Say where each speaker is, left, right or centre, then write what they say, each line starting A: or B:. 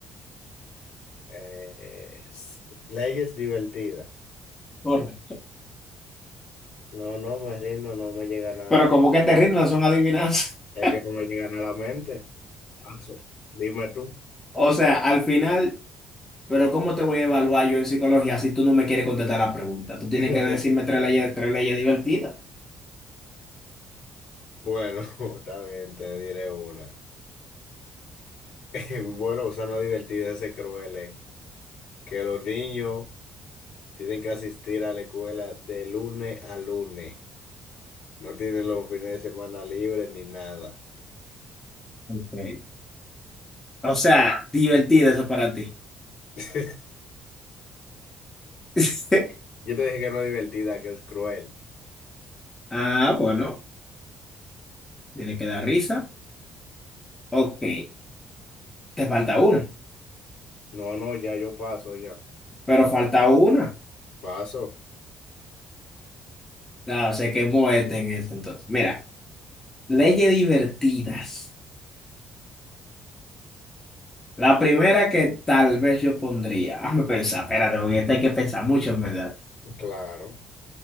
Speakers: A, on the left (about 65°); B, on the left (about 15°).
A: eh, s- leyes divertidas.
B: Correcto.
A: No, no me rindo, no me llega nada.
B: Pero
A: a la-
B: como que te rindas son adivinanzas. <laughs>
A: Es que no me llegan a la mente. Paso. Dime tú.
B: O sea, al final Pero ¿cómo te voy a evaluar yo en psicología si tú no me quieres contestar la pregunta? Tú tienes
A: <laughs>
B: que decirme tres leyes, tres leyes divertidas.
A: Bueno, <laughs> está bien, te diré una. <laughs> Bueno, o sea, no es divertido ese cruel, eh, que los niños tienen que asistir a la escuela de lunes a lunes. No tienen los fines de semana libres ni nada.
B: Okay. O sea, divertido eso para ti.
A: <laughs>
B: <laughs>
A: Yo te dije que no es divertida, que es cruel.
B: Ah, bueno, tiene que dar risa. Ok, te falta una,
A: No, no, ya yo paso, ya.
B: pero falta una.
A: Paso.
B: Claro, se quemó este en ese entonces. Mira, leyes divertidas. La primera que tal vez yo pondría, hazme pensar, espérate, porque esta hay que pensar mucho, en verdad.
A: Claro.